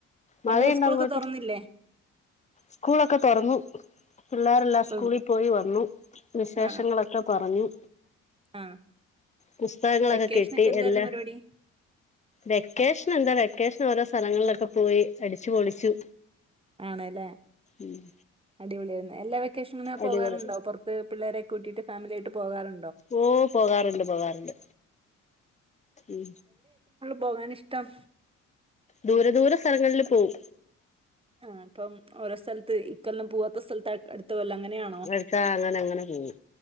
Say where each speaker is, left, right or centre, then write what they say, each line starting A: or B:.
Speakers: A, on the left; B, on the right.
A: മഴയുണ്ടോ
B: എന്തായി സ്കൂളൊക്കെ
A: അങ്ങോട്ട്
B: തുറന്നില്ലേ
A: സ്കൂളൊക്കെ തുറന്നു പിള്ളേരെല്ലാം
B: സ്കൂൾ
A: സ്കൂളിൽ പോയി വന്നു വിശേഷങ്ങളൊക്കെ
B: ആ
A: പറഞ്ഞു
B: ആ
A: പുസ്തകങ്ങളെക്കെ
B: വെക്കേഷനൊക്കെ
A: കിട്ടി
B: എന്തായിരുന്നു
A: എല്ലാ
B: പരിപാടി
A: വെക്കേഷനെന്താ ക്കേഷൻ ഓരോ സ്ഥലങ്ങളിലൊക്കെ പോയി അടിച്ച് പൊളിച്ചു
B: ആണ്ല്ലെ
A: ഉം
B: ടി പൊളിആര്ന്നെ എല്ലാ വെ ക്കേഷ്ന് ഇങ്ങനെ പോകാറുണ്ടോ
A: അടിപൊളി
B: പൊറത്ത് പിള്ളേരെക്കെ കൂട്ടിട്ട് ഫാമിലി ആയിട്ട് പോകാറു
A: ഓ പോകാറുണ്ട് പോകാറുണ്ട് മ്
B: പോകാന് ഇഷ്ടം
A: ദൂര ദൂര സ്ഥലങ്ങളിൽ പോവും
B: ആ ഇപ്പം ഓരോ സ്ഥലത്ത് ഇക്കൊല്ലം പോവ് <unintelligible> അടു വല്ലോം അങ്ങനെയാണോ
A: അടുത്ത അങ്ങനെ അങ്ങനെ പോവും